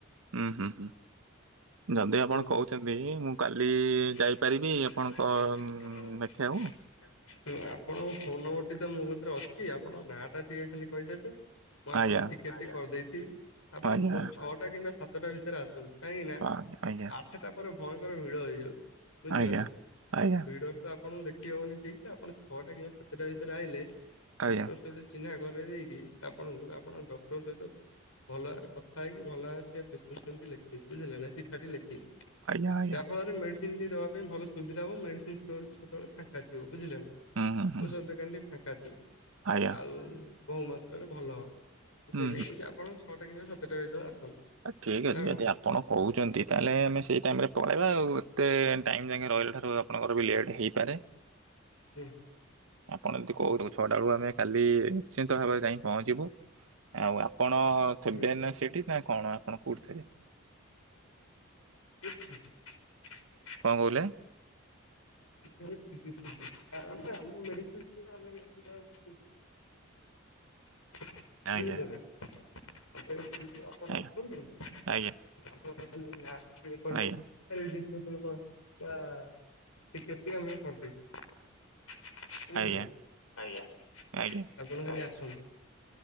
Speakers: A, on the right (about 75°); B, on the left (about 80°).
A: ହୁଁ ହୁଁ ହୁଁ। ଯଦି ଆପଣ
B: କୁହନ୍ତୁ
A: କହୁଛନ୍ତି, ମୁଁ କାଲି
B: ଆପଣଙ୍କ
A: ଯାଇପାରିବି ଆପଣଙ୍କ ଦେଖିବାକୁ
B: ଫୋନ ନମ୍ବର ତ ମୋ ଭିତରେ ଅଛି ଆପଣଙ୍କ ନାଁ ଟା ଟିକେ ଖାଲି କହିଦେବେ। ମୁଁ ଆପଣଙ୍କ
A: ଆଜ୍ଞା
B: ଟିକେଟ ଟି କରିଦେଇଥିବି। ଆପଣ
A: ଆଜ୍ଞା
B: ଭୋ ର୍ ଛଅଟା କିମ୍ବା ସାତଟା ଭିତରେ ଆସି କାହିଁକି ନା
A: ଆଜ୍ଞା ଆଜ୍ଞା
B: ଆଠଟା ପରେ ଭୟଙ୍କର ଭିଡ ହେଇଯାଉଛି। ବୁଝିଲେ
A: ଆଜ୍ଞା
B: ନା
A: ଆଜ୍ଞା
B: ଭିଡରେ ତ ଆପଣଙ୍କୁ ଦେଖ ହବନି ଠିକ ସେ ଆପଣ ଛଅଟା କିମ୍ବା ସାତଟା ଭିତରେ ଆଇଲେ
A: ଆଜ୍ଞା
B: ଡକ୍ଟର ସହିତ ଚିହ୍ନା କରେଇ ଦେଇକି ଆପଣଙ୍କୁ ଆପଣ ଡକ୍ଟର ସହିତ ଭଲ ଭାବରେ କଥା ହେଇକି, ଭଲ ଭାବରେ ପ୍ରେଷ୍କ୍ରିପସନ୍ ଲେଖିବି ବୁଝିଲେ ନା ଚିଠାଟି ଲେଖିବେ। ଯାହା
A: ଆଜ୍ଞା ଆଜ୍ଞା
B: ଫଳରେ ମେଡିସିନ ଟି ଦେବା ପାଇଁ ଭଲ ସୁବିଧା ହବ, ମେଡିସିନ ଷ୍ଟୋର ବି ସେତେବେଳେ ଫାଙ୍କା ଥିବ ବୁଝିଲ ନା?
A: ହୁଁ ହୁଁ ହୁଁ
B: ଓଷଧ ଦୁକନ ଟି ଫାଙ୍କା ଥିବ
A: ଆଜ୍ଞା
B: ଆଉ ବହୁ ମାତ୍ରାରେ ଭଲ ହବ।
A: ହୁଁ
B: ସେ ନେଇକି ଆପଣ ଛଅଟା କିମ୍ବା ସାତଟା ଭିତରେ ଆସନ୍ତୁ।
A: ଠିକ ଅଛି,
B: ନା
A: ଯଦି
B: କଣ?
A: ଆପଣ କହୁଛନ୍ତି ତାହେଲେ ଆମେ ସେଇ ଟାଇମରେ ପଳେଇବା ଆଉ ଏତେ ଟାଇମ ଯାଆଁକେ ରହିଲା ଠାରୁ ଆପଣଙ୍କର ବି ଲେଟ ହେଇପାରେ।
B: ହୁଁ।
A: ଆପଣ ଯଦି କହୁଛ, ଛଅଟା ବେଳୁ ଆମେ କାଲି ନିଶ୍ଚିନ୍ତ ଭାବରେ ଯାଇ ପହଞ୍ଚିବୁ। ଆଉ ଆ ଆପଣ ଥିବେ
B: ହୁଁ।
A: ନା ସେଠି ନା କଣ? ଆପଣ କୋଉଠି ଥିବେ?
B: <unintelligible>
A: କଣ କହିଲେ?
B: <unintelligible>
A: <inaudible>
B: ବୁଝିଲେନା
A: ଆଜ୍ଞା
B: <unintelligible> ଆପଣ ଆସନ୍ତୁ।
A: ଆଜ୍ଞା
B: <inaudible>
A: ଆଜ୍ଞା
B: ଟିକେଟ ଟି
A: ଆଜ୍ଞା
B: ଆମେ କରିଦେଇଛୁ। ବୁଝିଲ ନା ଆଜ୍ଞା ଆପଣ
A: ଆଜ୍ଞା
B: ଖାଲି
A: ଆଜ୍ଞା।
B: ଆସନ୍ତୁ।